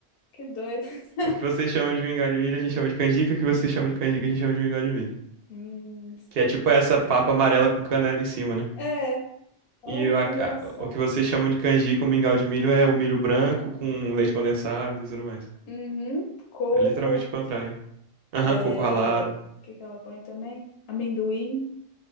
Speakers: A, on the left; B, on the right.
A: Que doido. <laughs>
B: O que vocês chamam de mingau de milho, a gente chama de canjica. O que vocês chamam de canjica, a gente chama de mingau de milho.
A: Hum,
B: Que é tipo essa papa amarela com canela em cima, né?
A: é, olha
B: E o
A: que
B: a- a-
A: engraçado.
B: o que vocês chamam de canjica, o mingau de milho, é o milho branco com leite condensado e tudo mais.
A: Uhum, coco,
B: É literalmente o contrário. Aham,
A: é,
B: coco ralado.
A: o que que ela põe também? Amendoim.